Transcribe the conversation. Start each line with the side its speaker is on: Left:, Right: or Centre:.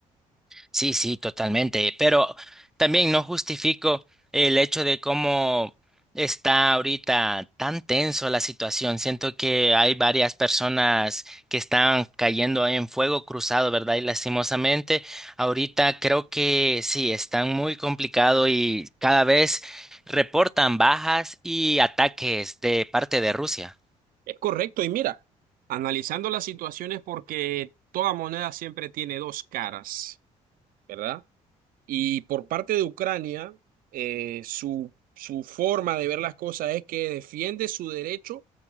Centre: Sí, sí, totalmente. Pero también no justifico el hecho de cómo está ahorita tan tenso la situación. Siento que hay varias personas que están cayendo en fuego cruzado, ¿verdad? Y lastimosamente, ahorita creo que sí, están muy complicado y cada vez reportan bajas y ataques de parte de Rusia.
Right: Es correcto, y mira, analizando las situaciones porque toda moneda siempre tiene dos caras, ¿verdad? Y por parte de Ucrania, eh, su, su forma de ver las cosas es que defiende su derecho